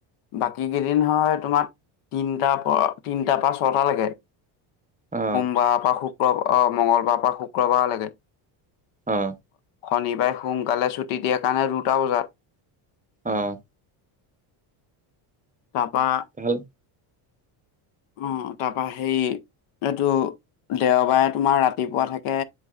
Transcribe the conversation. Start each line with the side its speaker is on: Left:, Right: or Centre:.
Left: বাকী কেইদিন হয় তোমাৰ তিনটাৰ পৰা তিনটাৰ পৰা ছটা লৈকে সোমবাৰ
Right: অ
Left: পা সৃ আহ মংগলবাৰ পৰা শুক্ৰবাৰলৈকে
Right: অঁ
Left: শনিবাৰে সোনকালে ছুটি দিয়াৰ কাৰণে দুটা বজাত
Right: অঁ
Left: তাৰপৰা
Right: ভাল
Left: আহ তাৰপা সেই এইটো দেওবাৰে তোমাৰ ৰাতিপুৱা থাকে